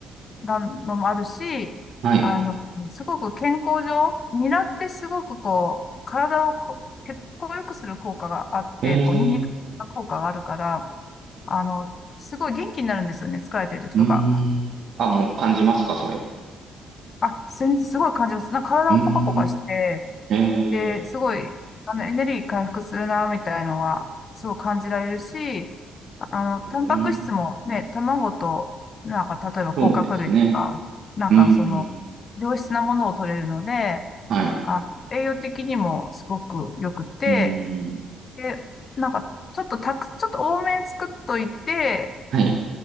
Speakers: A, on the left; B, on the right.
A: なのもあるし、
B: はい。
A: あの、すごく健康上、ニラってすごくこう、体をこう血行を良くする効果があって、
B: えー、
A: こう、ニンニクの効果があるから、あの、すごい元気になるんですよね、疲れてる人が
B: うーん。あ、もう感じますか、それ。
A: あ、すんすごい感じます。なんか体もポカポカして、
B: うーん。えー、
A: で、すごい、あの、エネルギー回復するな、みたいのは、すごい感じられるし、あの、タンパク質もね、
B: うーん。
A: 卵と、なんか、例えば甲殻類とか、
B: そうですね。
A: なんかその、
B: うーん。
A: 良質なものを取れるので、
B: はい。
A: あ、栄養的にもすごく良くて、
B: うーん。
A: で、なんか、ちょっとたく、ちょっと多めに作っといて、
B: はい。